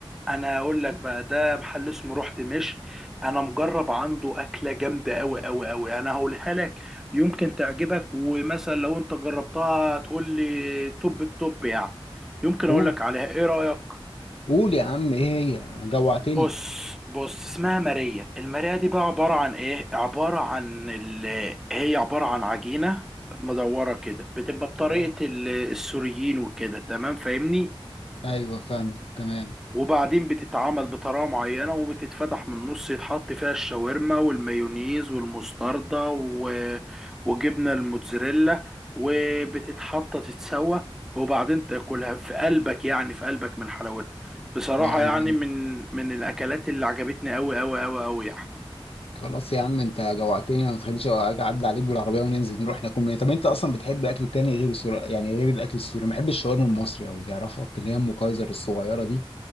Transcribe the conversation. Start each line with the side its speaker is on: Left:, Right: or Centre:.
Centre: انا اقول لك بقى ده محل اسمه روح دمشق انا مجرب عنده اكلة جامدة اوي اوي اوي انا هقولها لك يمكن تعجبك ومثلا لو انت جربتها تقول لي توب التوب يعني يمكن
Left: قول
Centre: اقول لك عليها ايه رأيك
Left: قول يا عم ايه هي جوعتني
Centre: بص بص اسمها ماريا الماريا دي بقى عبارة عن ايه عبارة عن ال... هي عبارة عن عجينة مدورة كده بتبقى بطريقة
Left: آه،
Centre: ال- السوريين وكده تمام فاهمني
Left: ايوه فاهمك كمان
Centre: وبعدين بتتعمل بطريقة معينة وبتتفتح من النص يتحط فيها الشاورما والمايونيز والمستردة و... وجبنة الموتزاريلا وبتتحط تتسوى وبعدين تاكلها في قلبك يعني في قلبك من حلاوتها بصراحة
Left: لا دي
Centre: يعني
Left: جامد
Centre: من من الأكلات اللي عجبتني أوي أوي أوي أوي يعني
Left: خلاص يا عم انت جوعتني ما تخلينيش اجي اعدي عليك بالعربيه وننزل نروح ناكل منين طب انت اصلا بتحب اكل تاني غير السوري يعني غير الاكل السوري ما بحبش الشاورما المصري او تعرفك اللي هي ام كايزر الصغيره دي